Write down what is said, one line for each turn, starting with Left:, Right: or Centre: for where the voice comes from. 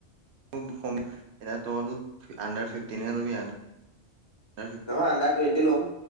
Right: খুব কম- এতিয়া তইতো আণ্ডাৰ ফিফটিন হে ৰবি আ আণ্ডাৰ
Left: নহয়, আণ্ডাৰ টুৱেনটি লম।